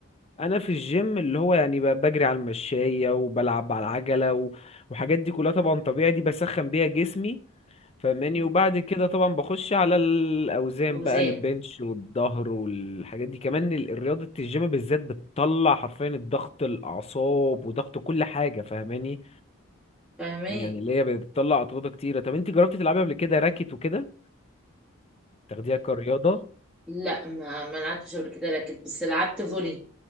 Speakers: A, on the left (about 30°); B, in the centre.
A: انا في الجيم اللي هو يعني ب- بجري على المشايه وبلعب على العجله و... وحاجات دي كلها طبعا طبيعي دي بسخن بيها جسمي فاهماني
B: مم.
A: وبعد كده طبعا بخش على الاوزان
B: وزان
A: بقى البنش والظهر والحاجات دي كمان ال- رياضه الجيم بالذات بتطلع حرفيا الضغط الاعصاب وضغط كل حاجه فاهماني
B: فاهمك
A: يعني اللي هي بتطلع أطرودة كتيرة طب انت جربتي تلعبي قبل كده راكت وكده تاخديها كرياضة
B: لا ما ما لعبتش قبل كده راكت بس لعبت فولي